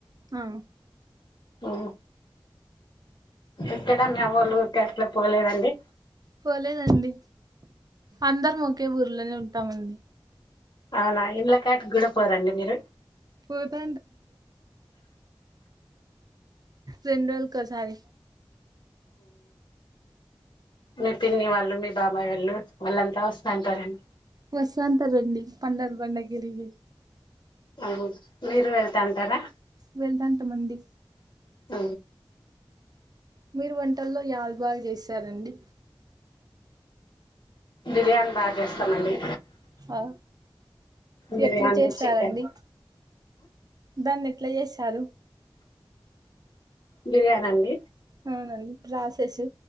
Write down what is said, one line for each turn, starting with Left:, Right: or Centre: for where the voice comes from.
Right: ఆ!
Left: అఓ ఎక్కడ మీ అవ్వాలా కి ఉరికి పోలేదండి
Right: పోలేదండి అందర మొకే ఊర్లో నే ఉంటాం తమింది
Left: అవునా ఎం కాట కూడా పోరండి మీరు
Right: పోతా రెండు రోజులకు సారి
Left: మీ పిన్ని వాళ్ళు మీ బాబాయ్ వాళ్ళు వాళ్ళంతా వస్తాంటారండి.
Right: వస్తంత రండి పండారు బండగిరికి
Left: అవు మీరు వెళ్తా అంటారా.
Right: వెళ్దంతమంది
Left: అ
Right: మీరు వంటల్లో యాజ బాగా చేసి సరే అండి
Left: బిర్యానీ బాగా చేస్తామండి.
Right: ఆ
Left: బిర్యానీ
Right: ఎట్లు చేశారండి
Left: చికెన్
Right: దాన్ని ఎట్లా చేస్తారు
Left: బిర్యానీ అండి
Right: అవునండి ప్రోసేసు